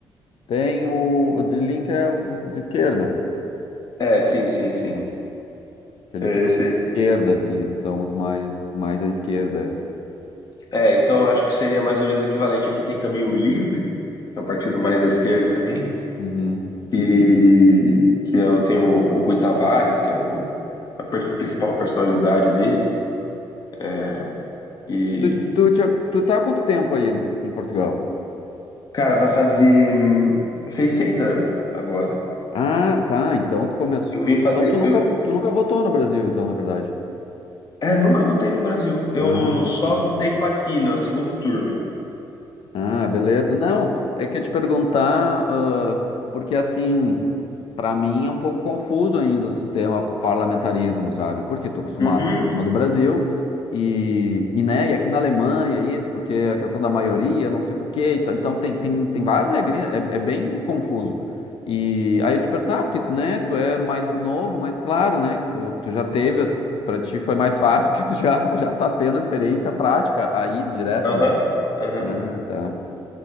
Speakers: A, on the left; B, on the left.
A: Tem o, o de Link é o de de esquerda,
B: É, sim, sim, sim.
A: ah, que ele
B: É esse aí.
A: esquerda, assim, são os mais, mais à esquerda.
B: É, então eu acho que seria mais ou menos equivalente. Aqui tem também o Livre, que é um partido mais à esquerda também,
A: Uhum.
B: e que é, o- tem o, o Rui Tavares, que é o, a pers- principal personalidade dele. É, e,
A: Tu, tu, tinha- tu tá há quanto tempo aí em Portugal?
B: cara, vai fazer. hum, Fez seis anos agora.
A: Ah, tá. Então tu começou.
B: Eu vim fazer.
A: Então tu nunca,
B: Eu,
A: tu nunca votou no Brasil, então, na verdade.
B: é, nunca votei no Brasil. Eu
A: Ah,
B: só
A: tá.
B: votei para aqui no segundo turno.
A: Ah, beleza. Não, é que eu te perguntar, ah, porque assim, para mim é um pouco confuso ainda o sistema parlamentarismo, sabe? Porque estou acostumado
B: Uhum,
A: com o sistema do Brasil e, e, né, e aqui na Alemanha é isso, porque é a questão da maioria, não sei o quê, e tal. então tem, tem, tem várias regrinhas, é, é bem confuso. E aí eu te perguntar, ah, porque, né, tu é mais novo, mais claro, né, que tu, tu já teve, para ti foi mais fácil, <laughs> porque tu já, já tá tendo experiência prática aí direto,
B: aham,
A: né?
B: aham.
A: Ah, tá.